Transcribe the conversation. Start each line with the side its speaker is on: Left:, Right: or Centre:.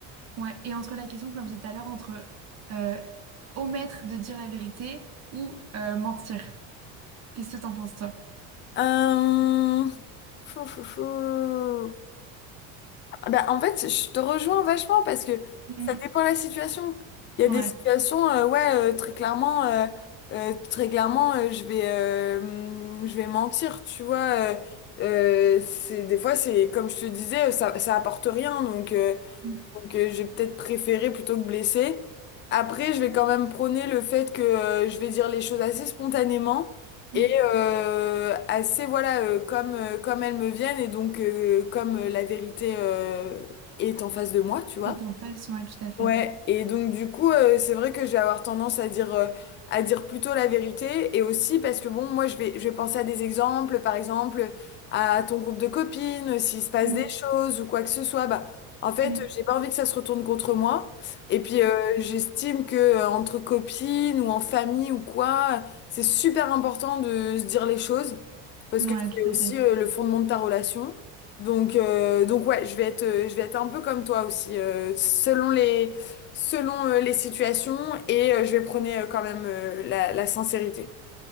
Right: Ouais. Et entre la question que je me posais tout à l'heure, entre euh, omettre de dire la vérité ou euh, mentir. Qu'est-ce que t'en penses, toi?
Left: Euh... Chou, chou, chou. Ah Bah, en fait, je te rejoins vachement parce que
Right: Mhm.
Left: ça dépend de la situation. Il y
Right: Ouais.
Left: a des situations, euh, ouais, euh, très clairement, euh, euh, très clairement, euh, je vais, euh, je vais mentir, tu vois. euh, euh, c'est des fois, c'est comme je te disais, ça, ça apporte rien, donc. euh,
Right: Mhm.
Left: Donc euh, j'ai peut-être préféré plutôt que blessé. Après, je vais quand même prôner le fait que euh, je vais dire les choses assez spontanément
Right: Mhm.
Left: et euh, assez, voilà, euh, comme, euh, comme elles me viennent et donc euh, comme euh, la vérité euh, est en face de moi, tu vois.
Right: Et t'es en face, ouais, tout à fait.
Left: Ouais, et donc du coup, euh, c'est vrai que je vais avoir tendance à dire, euh, à dire plutôt la vérité, et aussi parce que bon, moi je vais, je vais penser à des exemples, par exemple à ton groupe de copines, euh, s'il se passe
Right: Mhm.
Left: des choses ou quoi que ce soit, bah en fait,
Right: Mhm.
Left: euh, j'ai pas envie que ça se retourne contre moi. Et puis euh, j'estime que euh, entre copines ou en famille ou quoi, c'est super important de se dire les choses parce
Right: Mhm.
Left: que
Right: Ouais,
Left: c'est
Right: tout
Left: aussi
Right: à fait.
Left: euh, le fondement de ta relation. Donc, euh, donc ouais, je vais être, euh, je vais être un peu comme toi aussi, euh, selon les, selon euh, les situations et euh, je vais prôner euh, quand même euh, la, la sincérité.